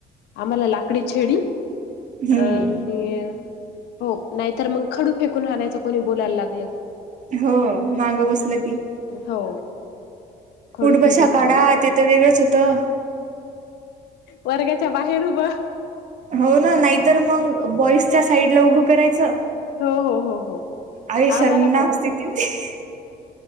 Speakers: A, on the left (about 80°); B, on the right (about 45°).
A: आम्हाला लाकडी छेडी
B: हम्म
A: अ. म हो नाहीतर मग खडू फेकून राायचं कोणी बोलायला लागलं.
B: हो मागं बसलं की.
A: हो. खडू
B: उठबशा
A: फेकून
B: काडा
A: आणायचा
B: ते तर वेगळंच होतं.
A: वर्गाच्या बाहेर उभ.
B: हो ना नाहीतर मग बॉईसच्या साईडला उभं करायचं.
A: हो हो हो हो
B: आहे शर्मनाक
A: आम्हाला पण.
B: स्थिती होती.